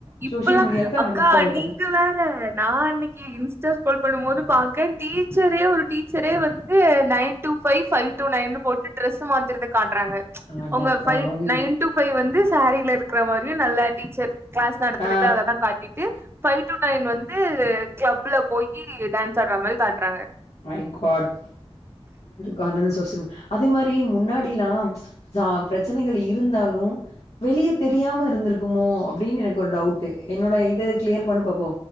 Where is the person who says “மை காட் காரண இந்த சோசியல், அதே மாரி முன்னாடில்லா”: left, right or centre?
Left